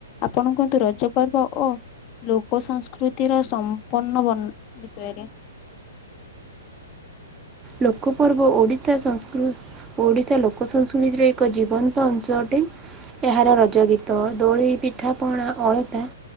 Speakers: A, on the left (about 35°); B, on the right (about 20°).
A: ଆପଣ କହନ୍ତୁ ରଜ ପର୍ବ ଓ ଲୋକ ସଂସ୍କୃତିର ସମ୍ପନ୍ନ ବଣ ବିଷୟରେ।
B: ଲୋକପର୍ବ ଓଡ଼ିଶା ସଂସ୍କୃ ଓଡ଼ିଶା ଲୋକ ସଂସ୍କୃତିର ଏକ ଜୀବନ ତ ଅଂଶ ଅଟେ। ଏହାର ରଜ ଗୀତ, ଦୋଳି, ପିଠା ପଣା, ଅଳତା